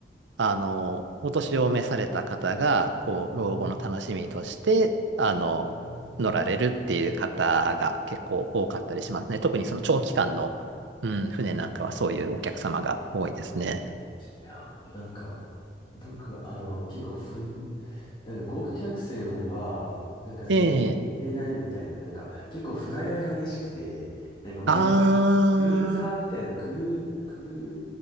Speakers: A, on the right; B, on the left.
A: あの、お年を召された方が、こう、
B: ああ
A: 老後の楽しみとして、あの、
B: なるほど。
A: 乗られるっていう方が結構多かったりしますね。特にその長期間の、
B: い
A: うん、船なんかはそういうお客様が多いですね。
B: や、なんか、僕、あの、結構ふん、なんか豪華客船は、なんか全然売れないみたいな、
A: ええ、
B: なんか、結構船酔い激しくて、なんか前なんかクルーザーみたいな、
A: ああ、
B: クルー、クルー、